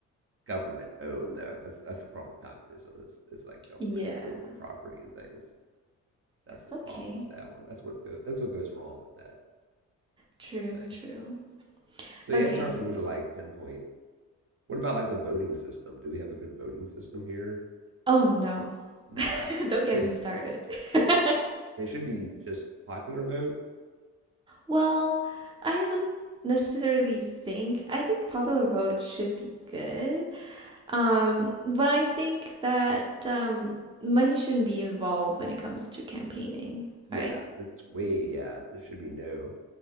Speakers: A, on the right; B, on the right.
A: government owned though. That's that's the problem with communism is is like government
B: Yeah.
A: owned property and things. That's the
B: Okay.
A: problem with that one. That's what go, that's what goes wrong with that.
B: True,
A: I would say.
B: true.
A: So
B: Okay.
A: yeah, it's hard for me to like pinpoint. What about like the voting system? Do we have a good voting system here?
B: Oh no.
A: No.
B: <laughs> Don't get
A: <laughs>
B: me
A: Yeah,
B: started. <laughs>
A: it should be just popular vote.
B: Well, I don't necessarily think I think Popular Vote should be good. Um, but I think that um money shouldn't be involved when it comes to campaigning,
A: Yeah,
B: right?
A: that's way yeah. There should be no.